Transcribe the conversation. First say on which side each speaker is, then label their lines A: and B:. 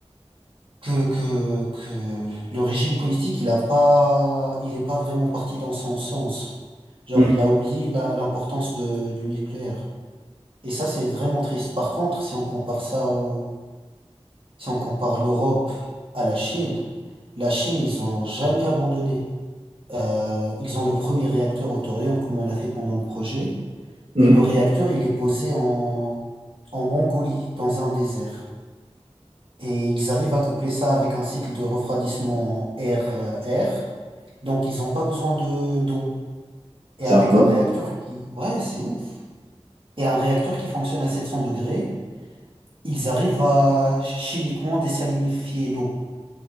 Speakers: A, on the right; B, on the right.
A: que, que, que le régime politique, il a pas, il est pas vraiment parti dans son sens. Genre,
B: Mm.
A: il a oublié la- l'importance de, du nucléaire. Et ça, c'est vraiment triste. Par contre, si on compare ça au, si on compare l'Europe à la Chine, la Chine, ils ont jamais abandonné. Euh, ils ont le premier réacteur au thorium, comme on a fait pendant le projet.
B: Mm.
A: Et le réacteur, il est posé en, en Mongolie, dans un désert. Et ils arrivent à coupler ça avec un cycle de refroidissement air-air. Donc ils n'ont pas besoin de d'eau. Et
B: C'est
A: avec
B: incroyable.
A: un réacteur qui... Ouais, c'est ouf. Et un réacteur qui fonctionne à 700 degrés, ils arrivent à ch- chimiquement désalinifier l'eau.